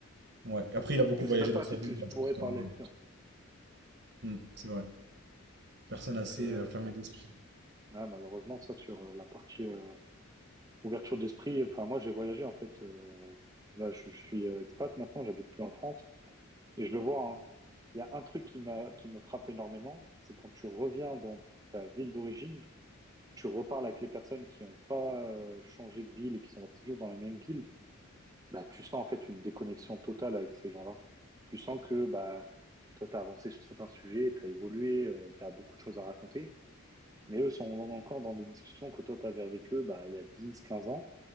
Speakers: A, on the right (about 50°); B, on the right (about 15°).
A: ouais. Et Après, il a beaucoup
B: Je sais
A: voyagé
B: même pas
A: dans sa
B: si
A: vie,
B: tu
A: ouais,
B: pourrais
A: je trouve ça,
B: parler
A: ouais.
B: avec lui, en fait.
A: Hmm, c'est vrai. Personne
B: Donc,
A: assez
B: euh,
A: euh, fermée d'esprit.
B: ouais, malheureusement, ça, sur euh, la partie euh, ouverture d'esprit, enfin, moi, j'ai voyagé, en fait. euh, là, je, je suis euh, expat maintenant, j'habite plus en France. Et je le vois, hein. Il y a un truc qui m'a, qui me frappe énormément, c'est quand tu reviens dans ta ville d'origine, tu reparles avec les personnes qui n'ont pas euh, changé de ville et qui sont toujours dans la même ville. bah, tu sens en fait une déconnexion totale avec ces gens-là. Tu sens que bah, toi, tu as avancé sur certains sujets, tu as évolué, tu as beaucoup de choses à raconter, mais eux sont encore dans des discussions que toi, tu avais avec eux bah, il y a 10, 15 ans.